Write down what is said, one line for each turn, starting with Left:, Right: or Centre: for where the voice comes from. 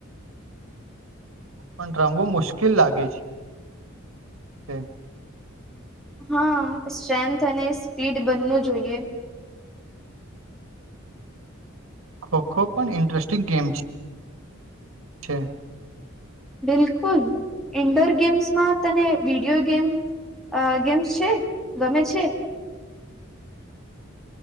Right: પણ રમવું મુશ્કિલ લાગે છે
Centre: હા સ્ટ્રેન્થ અને સ્પીડ બનનું જોઈએ
Right: ખો ખો પણ ઇન્ટરેસ્ટિંગ ગેમ છે
Centre: બિલકુલ ઈન્ડોર ગેમ્સમાં તને વિડીયો ગેમ અ ગેમ્સ છે ગમે છે